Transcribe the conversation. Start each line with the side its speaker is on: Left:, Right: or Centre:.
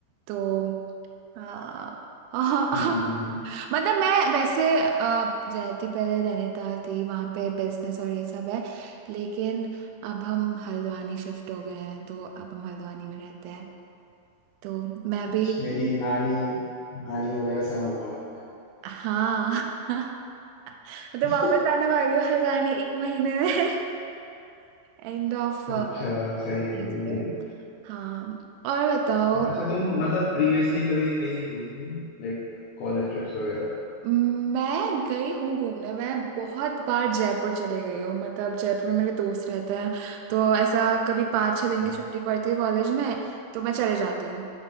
Right: तो आ, <laughs>
Left: हम्म
Right: मतलब मैं वैसे आ, रहती पहले नैनीताल थी वहाँ पे बिजनेस और ये सब है लेकिन अब हम हल्द्वानी शिफ्ट हो गए हैं तो अब हम हल्द्वानी में रहते हैं तो मैं
Left: अच्छा,
Right: भी
Left: मेरी नानी नानी वगैरह सब हल्द्वानी में हैं।
Right: हाँ <laughs> तो
Left: <laughs>
Right: वापस आने वाली हूँ हल्द्वानी एक महीने में <laughs> एंड ऑफ
Left: अच्छा सही है
Right: जी,
Left: सही
Right: से
Left: है सही
Right: हाँ और बताओ
Left: है। अच्छा तुम मतलब प्रीवियसली कभी कहीं घूमी हो लाइक कॉलेज ट्रिप्स वगैरह पे
Right: मैं गई हूँ घूमने मैं बहुत बार जयपुर चले गई हूँ मतलब जयपुर में मेरे दोस्त रहते हैं तो ऐसा कभी पाँच छः दिन
Left: हाँ
Right: की छुट्टी पड़ती है कॉलेज में तो मैं चले जाती हूँ